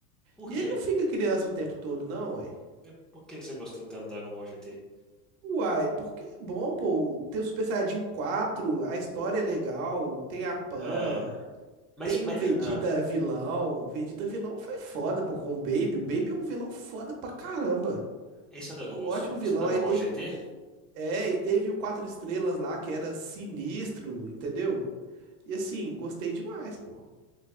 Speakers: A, in the centre; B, on the right.
A: Por
B: E
A: quê?
B: ele não fica criança o tempo todo, não, ué.
A: É, Por que que você gostou tanto do Dragon Ball GT?
B: Uai, porque é bom, pô. Tem o Super Saiyajin quatro, a história é legal, tem a Pan,
A: É, mas,
B: tem
A: mas
B: o Vegeta
A: ah,
B: vilão. O Vegeta vilão foi foda, pô, com o Baby. O Baby é um vilão foda pra caramba.
A: esse é o Dragon
B: Um
A: Ball
B: ótimo
A: Su,
B: vilão.
A: esse é o Dragon
B: Aí
A: Ball
B: teve.
A: GT?
B: É, e teve o Quatro Estrelas lá, que era sinistro, entendeu? E assim, gostei demais, pô.